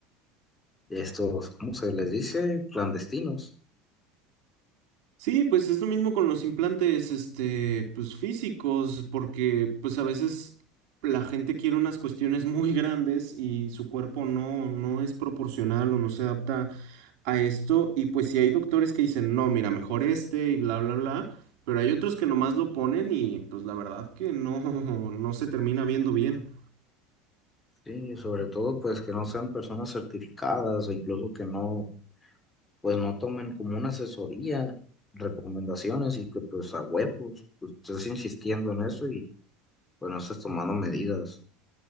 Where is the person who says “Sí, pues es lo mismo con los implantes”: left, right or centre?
Right